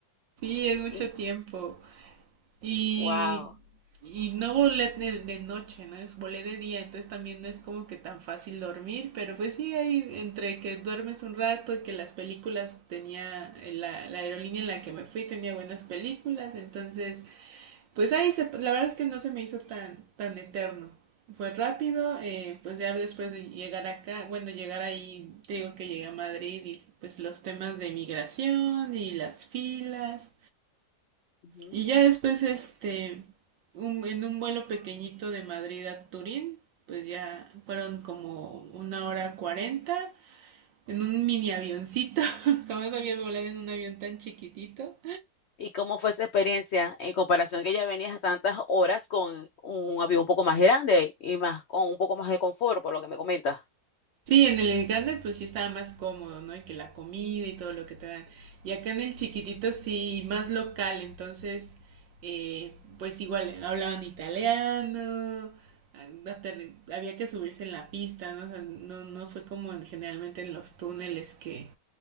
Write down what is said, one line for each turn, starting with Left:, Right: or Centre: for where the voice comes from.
Right: Sí, es mucho
Left: Y,
Right: tiempo. Y,
Left: wow.
Right: y no volé de, de noche, ¿no? Es volé de día, entonces también no es como que tan fácil dormir, pero pues sí, ahí entre que duermes un rato y que las películas tenía, la, la aerolínea en la que me fui tenía buenas películas, entonces pues ahí se, la verdad es que no se me hizo tan, tan eterno. Fue rápido, eh, pues ya después de llegar acá, bueno, llegar ahí, te digo que llegué a Madrid y pues los temas de migración y las filas
Left: Ujú.
Right: y ya después, este, un- en un vuelo pequeñito de Madrid a Turín, pues ya fueron como una hora cuarenta en un mini avioncito. <laughs> Jamás había volado en un avión tan chiquitito.
Left: ¿Y cómo fue esa experiencia en comparación que ya venías tantas horas con un avión un poco más grande y más con un poco más de confort, por lo que me comentas?
Right: Sí, en el grande pues sí estaba más cómodo, ¿no? Y que la comida y todo lo que te dan. Y acá en el chiquitito sí, más local, entonces eh, pues igual hablaban italiano, ater- había que subirse en la pista, ¿no? O sea, no, no fue como en- generalmente en los túneles que,